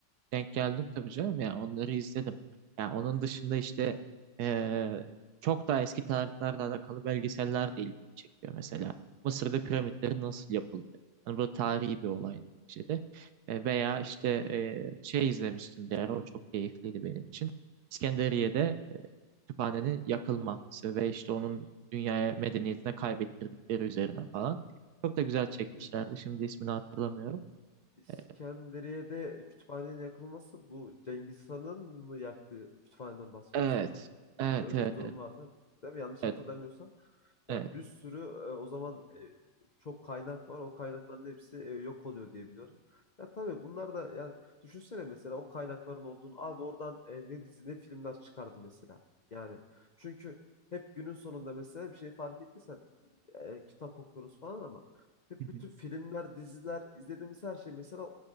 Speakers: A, on the right; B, on the left.
A: Denk geldim tabii canım ya onları izledim. Ya onun dışında işte eee, çok daha eski tarihlerle alakalı belgeseller de ilgimi çekiyor mesela. Mısır'da piramitlerin nasıl yapıldı? Hani bu tarihi bir olay şeyde. E, veya işte eee, şey izlemiştim bir ara o çok keyifliydi benim için. İskenderiye'de e, kütüphanenin yakılması ve işte onun dünyaya medeniyetine kaybettirdikleri üzerine falan. Çok da güzel çekmişlerdi.
B: şey?
A: Şimdi ismini hatırlamıyorum.
B: İskenderiye'de
A: E,
B: kütüphanenin yakılması bu Cengiz Han'ın mı yaktığı kütüphaneden bahsediyorsun
A: Evet.
B: kankam.
A: Evet,
B: Öyle
A: evet,
B: bir durum
A: evet.
B: vardı değil mi? Yanlış
A: Evet,
B: hatırlamıyorsam.
A: evet,
B: Ya bir sürü e, o zaman e, çok kaynak var. O kaynakların hepsi e, yok oluyor diye biliyorum. Ya tabii bunlar da ya düşünsene mesela o kaynakların olduğunu abi oradan e, ne dizi ne filmler çıkardı mesela. Yani çünkü hep günün sonunda mesela bir şey fark ettiysen e, kitap okuyoruz falan ama hep
A: Hı hı.
B: bütün filmler, diziler, izlediğimiz her şey mesela